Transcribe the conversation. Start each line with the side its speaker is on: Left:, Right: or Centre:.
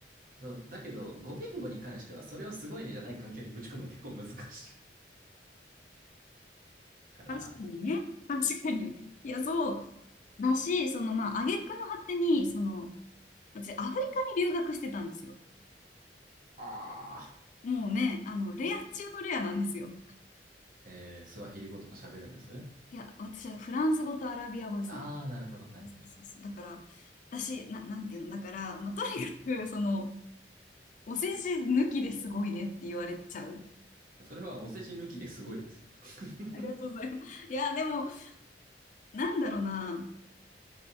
Right: そう。だけど、語言語に関しては、それをすごいねじゃない環境にぶち込むの結構難しいから、
Left: 確かにね。確かに。いや、そう。だし、その、まあ、挙句の果てに、その、私、アフリカに留学してたんですよ。
Right: ああ、
Left: もうね、あの、レア中のレアなんですよ。
Right: えー、スワヒリ語とか喋るんです
Left: いや、私はフランス語とアラビア語ですね。
Right: ああ、なるほど。はいはい。
Left: そうそうそう。だから、私、な、なんていうの、だから、まあ、とにかく、その、お世辞抜きですごいねって言われちゃう。
Right: それはお世辞抜きですごいですよ。
Left: ありがとうございます。
Right: <laughs>
Left: いや、でも、なんだろうな。